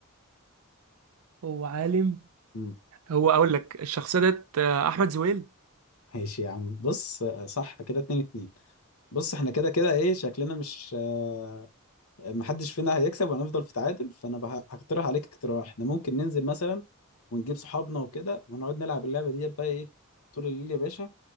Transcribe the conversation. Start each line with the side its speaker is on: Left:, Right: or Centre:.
Right: هو عالم
Left: امم
Right: هو أقول لك الشخصية ديت آه، أحمد زويل
Left: ماشي يا عم بص آه، صح كده اتنين اتنين بص احنا كده كده ايه شكلنا مش آه محدش فينا هيكسب وهنفضل في تعادل فانا بح- هقترح عليك اقتراح احنا ممكن ننزل مثلا ونجيب صحابنا وكده ونقعد نلعب اللعبة دي بقى ايه طول الليل يا باشا